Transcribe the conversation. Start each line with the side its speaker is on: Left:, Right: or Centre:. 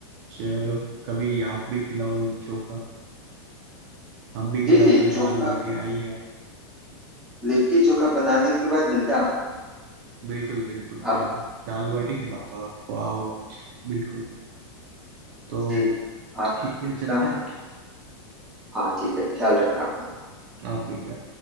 Right: चलो कभी आप भी खिलाओ चोखा हम भी
Centre: जी
Right: खिलाते
Centre: जी
Right: हैं
Centre: चोखा
Right: दाल बाटी आइए आप
Centre: लिट्टी चोखा बनाने के बाद मिलता हूँ
Right: बिल्कुल बिल्कुल
Centre: आप
Right: मैं भी दाल बाटी खिलाऊंगा आपको आओ आप बिल्कुल तो
Centre: जी आप
Right: ठीक है
Centre: मिलता
Right: चलते
Centre: हूँ
Right: हैं
Centre: हाँ ठीक है ख्याल रखना अपना
Right: आप भी क्या